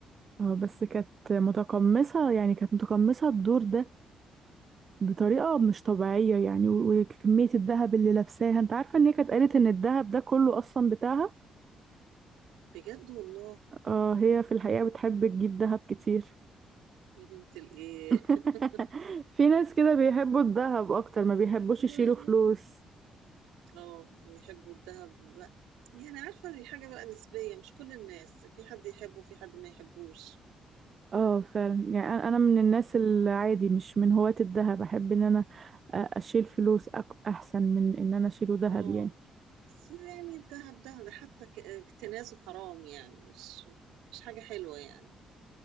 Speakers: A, on the right; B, on the right.
A: اه بس كانت متقمصة يعني كانت متقمصة الدور ده بطريقة مش طبيعية يعني و- وكمية الذهب اللي لابساها انت عارفة ان هي كانت قالت ان الذهب ده كله اصلا بتاعها
B: بجد والله
A: اه هي في الحقيقة بتحب تجيب ذهب كتير
B: يا بنت الايه
A: <laughs>
B: <laughs>
A: في ناس كده بيحبوا الذهب اكتر ما بيحبوش
B: اه
A: يشيلوا فلوس
B: آه، يحبوا الذهب بقى يعني عارفه دي حاجه بقى نسبيه مش كل الناس في حد يحبه وفي حد ما يحبوش
A: اه فعلا يعني انا أنا من الناس العادي مش من هواة الذهب احب ان انا أ- اشيل فلوس أك- احسن من ان انا اشيله ذهب
B: اه
A: يعني
B: بس يعني الذهب ده ده حتى ك- اكتنازه حرام يعني مش مش حاجة حلوة يعني